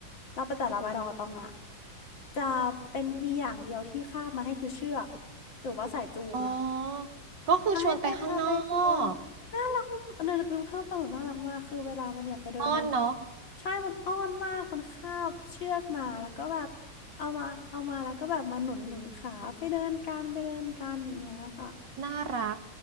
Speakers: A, on the left; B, on the right.
A: ลาปะแต่ลาบราดอร์ตองอะจะเป็นมีอย่างเดียวที่คาบมาให้คือเชือกหรือว่าสายจูงอะะ
B: อ๋อ ก็คือชวนไปข้างนอ
A: มาให้ไปทาไปเดินน่ารักมากเนยนึกดูภาพตอนแบบน่ารักมากคือเวลามันอยากไปเดินนะ
B: กอ้อนเนาะ
A: ใช่มันอ้อนมากมันคาบเชือกมาแล้วก็แบบเอามาเอามาแล้วก็แบบมาหนุนหนุนขาไปเดินกันไปเดินกันอย่างเงี้ยค่ะ
B: น่ารัก